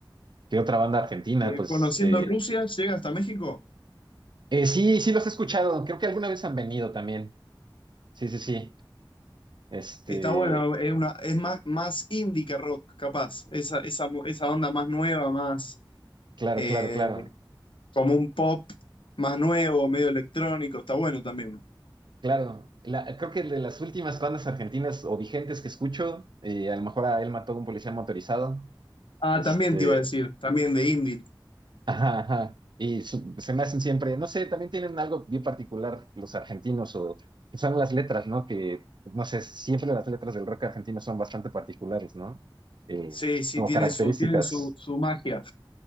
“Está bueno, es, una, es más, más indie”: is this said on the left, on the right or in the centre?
Left